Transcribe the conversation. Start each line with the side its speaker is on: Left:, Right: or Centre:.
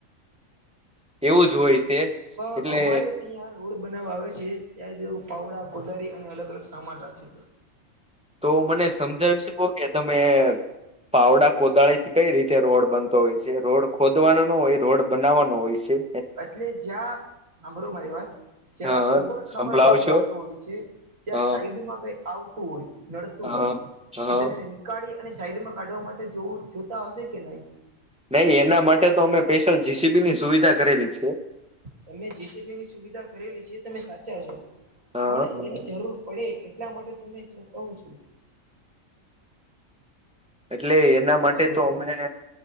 Centre: એવું જ હોય છે
Right: પણ
Centre: એટલે
Right: અમારે અહીંયા રોડ બનાવવા આવે છે ત્યારે તે લોકો પાવડા, કોદારી અને અલગ અલગ સામાન રાખે છે.
Centre: તો મને સમજાવી શકો કે ત <unintelligible> પાવડા કોદાળી થી કઈ રીતે રોડ બનતો હોય છે રોડ ખોદવાનો નો હોય રોડ બનાવવાનો હોય છે.
Right: એટલે જ્યાં સાંભળો મારી વાત જ્યાં
Centre: હ
Right: ઉબડ ખાબડ
Centre: સંભળાવશો
Right: વાળો રસ્તો હોય છે ત્યાં
Centre: હ
Right: સાઈડમાં કઈ આવતું હોય નડતું,
Centre: હ
Right: તો
Centre: હ
Right: તેને નીકાળી અને સાઈડમાં કાઢવા માટે જોવું જોતા હશે કે નહી?
Centre: નહી, એના માટે તો અમે સ્પેશિયલ જી. સી. બીની સુવિધા કરેલી છે.
Right: તમે જે. સે. બી ની સુવિધા કરેલી છે તમે સાચા છો,
Centre: હા
Right: પણ એને જરૂર પડે એટલા માટે તમને સુ કહું છુ.
Centre: એટલે એના માટે
Right: હલો,
Centre: તો અમે